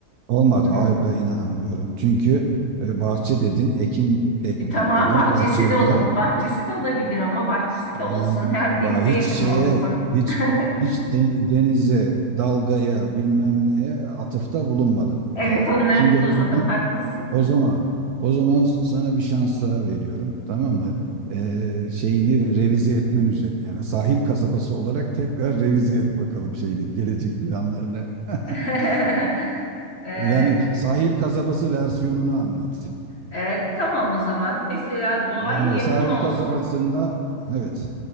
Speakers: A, on the right (about 65°); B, on the left (about 35°).
A: olmadı
B: Hı. hı.
A: Ay ben inanmıyorum. Çünkü e, bahçe dedin, ekin ekmek
B: E, tamam
A: dedin.
B: bahçesi
A: Bahçeyle
B: de ola- bahçesi de olabilir ama bahçesi de
A: e,
B: olsun hem
A: bah,
B: denize
A: hiç
B: yakın
A: şeye,
B: olsun.
A: hiç
B: <laughs>
A: hiç den- denize, dalgaya, bilmem neye atıfta bulunmadın
B: Evet
A: bir kere.
B: onları
A: Şimdi
B: bulamadım
A: o zaman
B: haklısın.
A: O zaman o zaman sana bir şans daha veriyorum. Tamam mı? Ee, şeyini revize etmen üzerine yani sahil kasabası olarak tekrar revize et bakalım şeyini gelecek planlarını. <laughs>
B: <laughs> Ee,
A: Yani sahil kasabası versiyonunu anlat.
B: evet, tamam o zaman. Mesela doğaya
A: Yani
B: yakın
A: sahil
B: olsun
A: kasabasında evet